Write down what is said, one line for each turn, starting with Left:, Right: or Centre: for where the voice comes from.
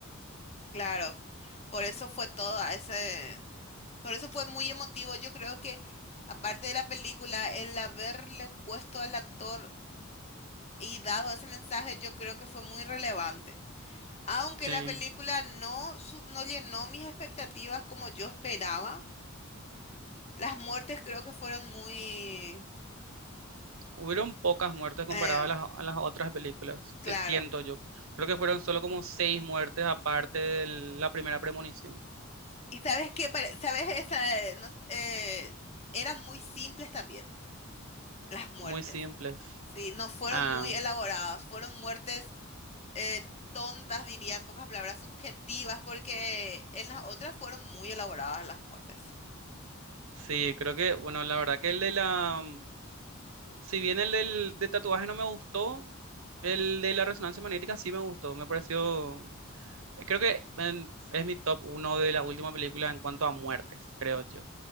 Left: claro. Por eso fue todo ese. Por eso fue muy emotivo. Yo creo que, aparte de la película, el haberle puesto al actor y dado ese mensaje, yo creo que fue muy relevante. Aunque
Right: Sí.
Left: la película no, su- no llenó mis expectativas como yo esperaba, las muertes creo que fueron muy,
Right: Hubieron pocas muertes comparadas
Left: em,
Right: a las, a las otras películas, se-
Left: claro.
Right: siento yo. Creo que fueron solo como seis muertes aparte de la primera premonición.
Left: Y sabes qué, Pare- sabes, esa, eh, no- eh, eran muy simples también las muertes.
Right: Muy simples.
Left: Sí, no fueron
Right: Ah,
Left: muy elaboradas, fueron muertes eh, tontas, diría en pocas palabras, subjetivas, porque en las otras fueron muy elaboradas las muertes.
Right: sí, creo que, bueno, la verdad que el de la, si bien el del de tatuaje no me gustó, el de la resonancia magnética sí me gustó. Me pareció, creo que em, es mi top uno de la última película en cuanto a muertes, creo yo.